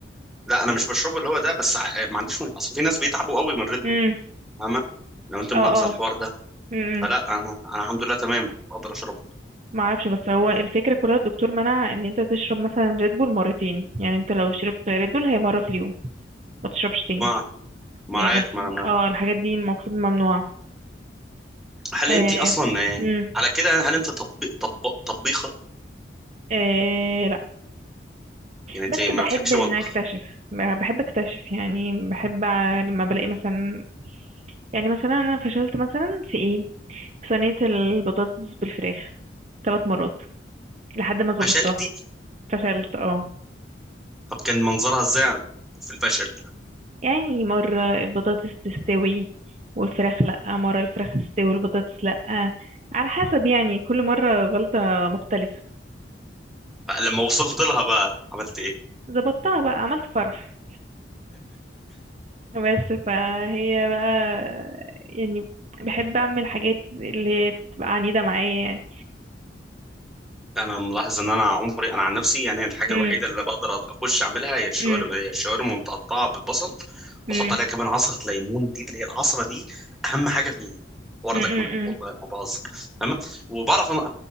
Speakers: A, in the centre; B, on the right (about 35°).
A: لا انا مش بشربه اللي هو ده بس ع- ما عنديش من... اصل في ناس بيتعبوا قوي من ريد
B: امم
A: بول فاهمه لو انت ملاحظه
B: اه اه
A: الحوار ده
B: امم
A: فلا انا انا الحمد لله تمام اقدر اشربه
B: معرفش بس هو الفكرة كلها الدكتور منع ان انت تشرب مثلا ريد بول مرتين يعني انت لو شربت ريد بول هي مرة في اليوم ما تشربش تاني
A: ما ما
B: يعني
A: عارف
B: ما تش...
A: ما انا ما
B: اه الحاجات دي المفروض ممنوعة
A: هل
B: آه.
A: انت اصلا آه،
B: امم
A: على كده هل انت طب... طب... طبيخه
B: آه. لا
A: يعني انت
B: بس
A: ما
B: بحب
A: بتحبش
B: ان
A: المطبخ
B: اكتشف بحب اكتشف يعني بحب لما بلاقي مثلا يعني مثلا انا فشلت مثلا في ايه في صينية البطاطس بالفراخ ثلاث مرات لحد ما ظبطتها
A: فشلتي
B: فشلت اه
A: طب كان منظرها ازاي في الفشل
B: يعني مرة البطاطس تستوي والفراخ لأ مرة الفراخ تستوي والبطاطس لأ على حسب يعني كل مرة غلطة مختلفة
A: لما وصلت لها بقى عملت ايه
B: فظبطتها بقى عملت فرح بس فهي بقى يعني بحب اعمل حاجات اللي هي بتبقى عنيدة معايا يعني
A: انا ملاحظ ان انا عمري انا عن نفسي يعني الحاجه
B: امم
A: الوحيده اللي بقدر اخش اعملها هي الشاورما
B: امم
A: هي الشاورما متقطعه بالبصل
B: امم
A: بحط عليها كمان عصره ليمون دي اللي هي العصره دي اهم حاجه في الحوار
B: امم
A: ده كله والله ما بهزر تمام وبعرف انا